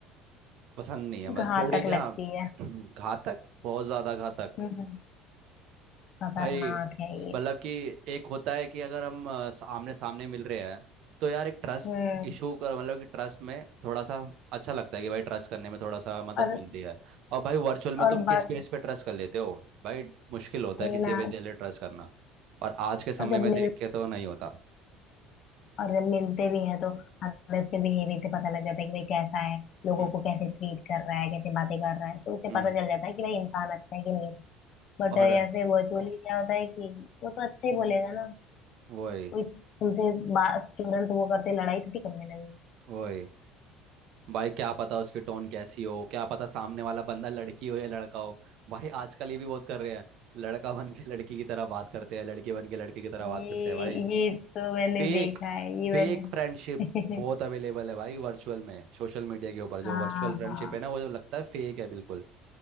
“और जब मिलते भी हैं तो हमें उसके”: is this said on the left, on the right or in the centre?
Left